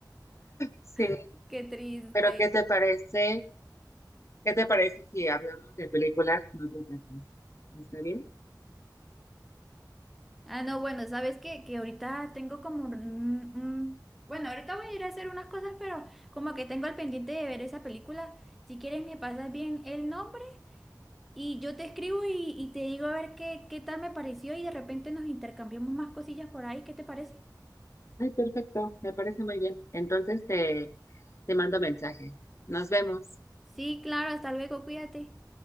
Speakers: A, on the left (about 40°); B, in the centre.
A: sí,
B: <laughs> qué triste.
A: pero ¿qué te parece, qué te parece si hablamos de películas en otra ocasión? ¿Está bien?
B: Ah, no, bueno, ¿sabes qué? Que ahorita tengo como un- un- Bueno, ahorita voy a ir a hacer unas cosas, pero como que tengo al pendiente de ver esa película. Si quieres me pasas bien el nombre Y yo te escribo y, y te digo a ver qué, qué tal me pareció y de repente nos intercambiamos más cosillas por ahí, ¿qué te parece?
A: Ay, perfecto, me parece muy bien. Entonces, te... Te mando mensaje. Nos vemos.
B: Sí, claro, hasta luego, cuídate.